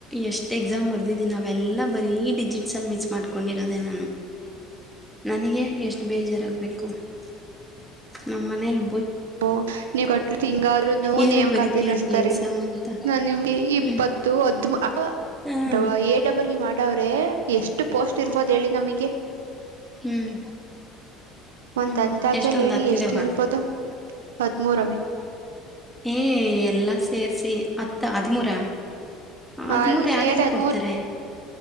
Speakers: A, in the centre; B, on the right.
A: ಎಷ್ಟು ಎಕ್ಸಾಮ್ ಬರೆದಿದ್ದೀನಿ ಅವಾವೆಲ್ಲ ಬರೀ ಡಿಜಿಟ್ಸಲ್ಲಿ ಮಿಸ್ ಮಾಡ್ಕೊಂಡಿರೋದೆ ನಾನು ನನಗೆ ಎಷ್ಟು ಬೇಜಾರಾಗ್ಬೇಕು ನಮ್ಮ್ ಮನೇಲ್
B: ಓ ನೀವ್ ಕಟ್ ಎಂಗಾದ್ರು
A: ಏನಕ್ಕೆ
B: ನೇಮಖಾತೆ
A: ಬರೀತೀಯ
B: ನಡೆಸ್ತಾರೆ
A: ನೀನು ಎಕ್ಸಾಮ್
B: ರೀ
A: ಅಂತ
B: ನ ನಿಮ್ಗೆ ಇಪ್ಪತ್ತು
A: ಹ್ಮ್
B: ಹತ್ತು ಅಥವಾ
A: ಹ್ಮ್
B: ಎ ಡಬಲ್ ಮಾಡ್ ವ್ರೆ ಎಷ್ಟು ಪೋಸ್ಟ್ ಇರ್ಬೋದು ಹೇಳಿ ನಮಗೆ
A: ಹ್ಮ್
B: ಒಂದ್
A: ಹ್ಮ್
B: ಅಂದಾಜಲ್ಲಿ
A: ಎಷ್ಟೊಂದ್
B: ಹೇಳಿ
A: ಹತ್ತಿದವ್ವ
B: ಎಷ್ಟು ಇರ್ಬೋದು ಹದ್ಮೂರವೇ
A: ಏ ಎಲ್ಲ ಸೇರ್ಸಿ ಹತ್ತು ಹದಿಮೂರ
B: ಹ
A: ಹದಿಮೂರು
B: ಅದ್ ಸೇರಿ
A: ಯಾರ್ಯಾರಿಗೆ
B: ಹದ್ಮುಂರ್
A: ಕೊಡ್ತಾರೆ